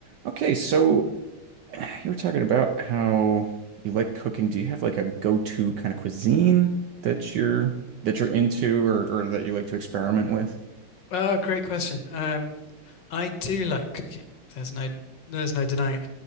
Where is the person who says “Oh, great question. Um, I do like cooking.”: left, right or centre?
Left